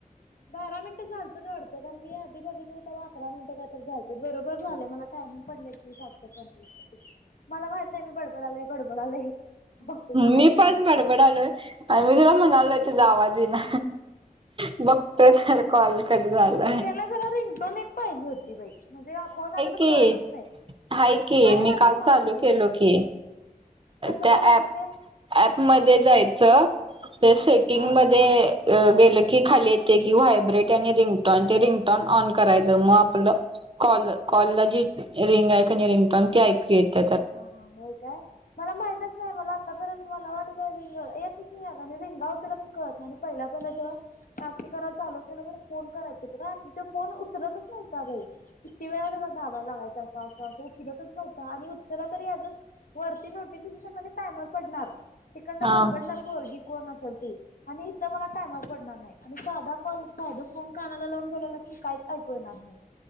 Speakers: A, on the left; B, on the right.
A: बारा मिनिटं झालतच वाडतं. कारण मी आधी बघितलं तवा अकरा मिनटं काय तर झालत बरोबर झाले मला टायमिंग पडले की सातशे पंचवीस काय किती. मला माहित नाही मी बडबड लोय बडबड लोय, बघतो तर
B: मी
A: कॉल कट
B: पण
A: जा
B: बडबड आलोय आणि मी तिला म्हणालोय ते जावाजी ना बघत तर कॉल कट झालंय
A: ह्याला जरा रिंगटोन एक पाहिजे होती बाई म्हणजे फोन आलेला
B: की
A: कळतच नाही
B: हाय की
A: नाही
B: मी
A: वाजत
B: काल
A: माझी
B: चालू केलो की
A: कसं
B: त्या
A: करायचं
B: प
A: ते
B: ऍपमध्येध्ये जायचं ते सेटिंगमध्ये
A: हा
B: गेलं की खाली येते की व्हायब्रेट आणि रिंगटोन ते रिंगटोन ऑन करायचं मग आपलं कॉल कॉल ला जी रिंग आहे का नि रिंग टॉंग ती ऐकू येत
A: हा हो काय मला माहिितच नाही मला आतापर्यंत मला वाटत रिंग येतच नाही का रिंगाव त्याला पण कळत नाही आणि पहिला पहिला जेव्हा टास्क करायला चाल केलं प फोन करायच होत का त फोन उतरतच नव्हता बाई किती वेळा त्याला ढाबा लागायचा असा असं असं उचरतच नव्हता आणि तरी अजून वरती नोटिफिकेशन मध्ये टायमर पडणार तिकड
B: हा
A: बडबडणार परी कोण असेल आणि इथ मला टाम पडणार नाही, आणि साधा कॉल साधच फोन कानाला लावून बोलाल की काहीच ऐकू येणार नाही.